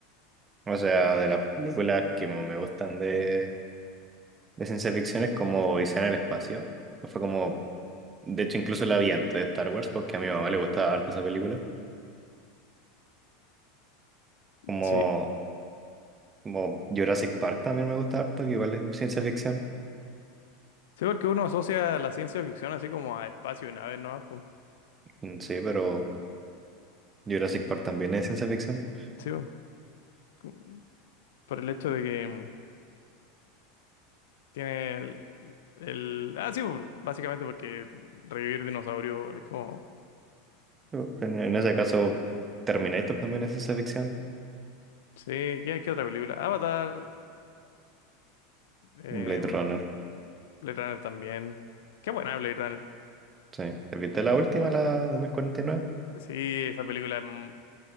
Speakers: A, on the right; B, on the left.
A: O sea, de las películas que mo- me gustan de, de ciencia ficción es como Odisea en el espacio. Fue como, de hecho, incluso la vi antes de Star Wars porque a mi mamá le gustaba harto esa película. Como,
B: Sí.
A: como Jurassic Park también me gusta harto, que igual es ciencia ficción.
B: Sí, porque uno asocia la ciencia ficción así como a espacio y naves, ¿no? Pues,
A: Mm, Sí, pero Jurassic Park también es ciencia ficción.
B: sí, po, como por el hecho de que mm, tiene el, el- Ah, sí, por- básicamente porque revivir dinosaurios es como...
A: Pero En, en ese caso, Terminator también es ciencia ficción.
B: Sí, ¿qué, qué otra película? Avatar, eh,
A: Blade
B: em,
A: Runner,
B: Blade Runner también. Qué buena Blade Runner.
A: sí. ¿Viste la última, la 2049?
B: Sí, esa película es mm,